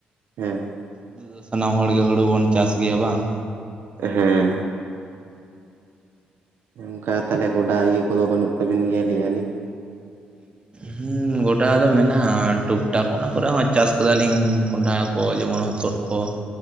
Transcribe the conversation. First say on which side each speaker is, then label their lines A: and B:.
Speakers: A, on the right; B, on the right.
A: ᱦᱮᱸ
B: ᱱᱤᱛᱚᱜ ᱫᱚ ᱥᱟᱱᱟᱢ ᱦᱚᱲ ᱜᱮ ᱦᱳᱲᱳ ᱵᱚᱱ ᱪᱟᱥ ᱜᱮᱭᱟ ᱵᱟᱝ
A: ᱦᱮᱸ ᱚᱱᱠᱟ ᱛᱟᱦᱞᱮ ᱜᱚᱰᱟ ᱤᱭᱟᱹ ᱠᱚᱫᱚ ᱵᱟᱹᱱᱩᱜ ᱛᱟᱵᱤᱱ ᱜᱮᱭᱟ ᱞᱟᱹᱭ ᱮᱭᱟ ᱞᱤᱧ?
B: ᱦᱩᱸ ᱜᱚᱴᱟ ᱫᱚ ᱢᱮᱱᱟᱜᱼᱟ ᱴᱩᱠ ᱴᱟᱠ ᱚᱱᱟ ᱠᱚᱨᱮ ᱦᱚᱸ ᱪᱟᱥ ᱠᱟᱫᱟᱞᱤᱧ ᱠᱚᱸᱰᱷᱟ ᱦᱳᱭ ᱡᱮᱢᱚᱱ ᱦᱚᱛᱚᱫᱽ ᱠᱚ